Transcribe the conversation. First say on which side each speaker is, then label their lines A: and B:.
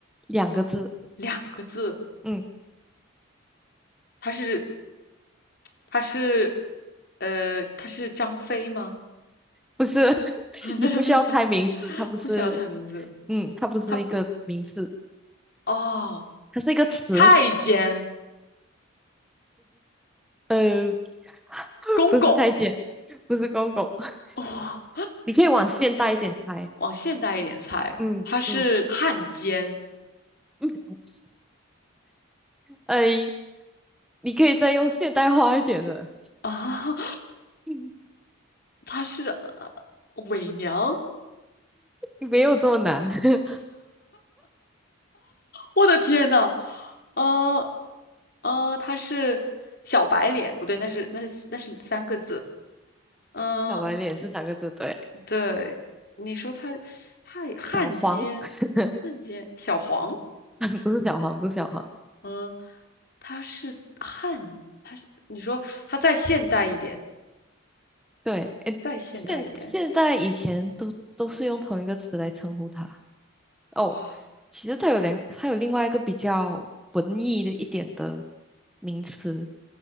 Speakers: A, in the centre; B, on the left.
A: 两个字，
B: 两个字，
A: 嗯，
B: 它是它是呃，它是张飞吗？
A: 不是，<laughs>
B: <laughs>
A: 你不需要猜名字，它不是，
B: 不需要猜名字，
A: 嗯，它不是一个名字，
B: 他哦，
A: 它是一个词，
B: 太监
A: 呃，呃，<laughs>
B: 公公
A: 不是太监，不是公公，<laughs>
B: 哇、
A: 你可以往现代一点猜，
B: 往现代一点猜，
A: 嗯嗯，
B: 他是汉奸
A: <laughs> 哎，你可以再用现代化一点的。
B: <laughs> 啊，
A: <laughs>
B: 他是、呃伪娘。
A: 没有这么难。<laughs>
B: 我的天呐，呃呃，他是小白脸，不对，那是那是那是三个字。嗯、
A: 小白脸是三个字，对。
B: 对，你说他他也汉奸，
A: 小黄，<laughs>
B: 汉奸小黄，
A: 不是小黄，不是小黄。
B: 嗯、他是汉，他是你说他再现代一点，
A: 对，诶，
B: 再现代一点，
A: 现现在以前都都是用同一个词来称呼他。哦，
B: 哇，
A: 其实它有两，它有另外一个比较文艺的一点的名词，